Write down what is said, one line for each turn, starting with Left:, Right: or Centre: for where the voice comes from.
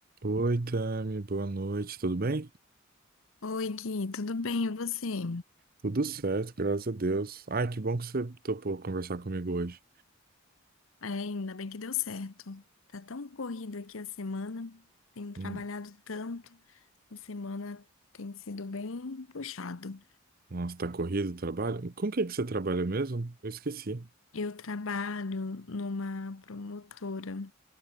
Right: Oi, Tami, boa noite, tudo bem?
Left: Oi, Gui, tudo bem? E você?
Right: Tudo certo, graças a Deus. Ai, que bom que você topou conversar comigo hoje.
Left: É, ainda bem que deu certo. Tá tão corrido aqui a semana, tenho trabalhado
Right: Hum,
Left: tanto, a semana tem sido bem puxado.
Right: Nossa, tá corrido o trabalho? Com o que que você trabalha mesmo? Eu esqueci.
Left: Eu trabalho numa promotora,